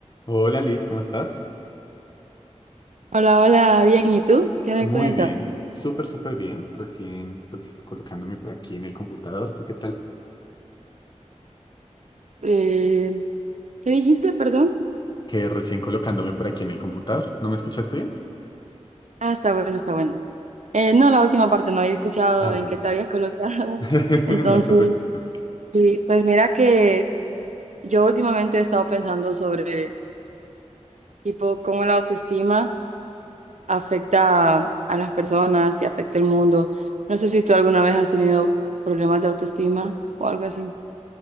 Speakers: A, on the left (about 35°); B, on the right (about 75°).
A: Hola Liz, ¿cómo estás?
B: Hola, hola, bien, ¿y tú? ¿Qué me
A: Muy
B: cuentas?
A: bien, súper, súper bien. Recién pues colocándome por aquí en el computador. ¿Tú qué tal?
B: Eh, ¿qué dijiste, perdón?
A: Que recién colocándome por aquí en el computador. ¿No me escuchaste bien?
B: Ah, está bueno, está bueno. Eh, no, la última parte no había escuchado
A: Ah, vale.
B: en qué te habías colocado.
A: <laughs>
B: <laughs> Entonces,
A: No te preocupes.
B: sí, pues mira que yo últimamente he estado pensando sobre, tipo, cómo la autoestima afecta a las personas y afecta el mundo. No sé si tú alguna vez has tenido problemas de autoestima o algo así.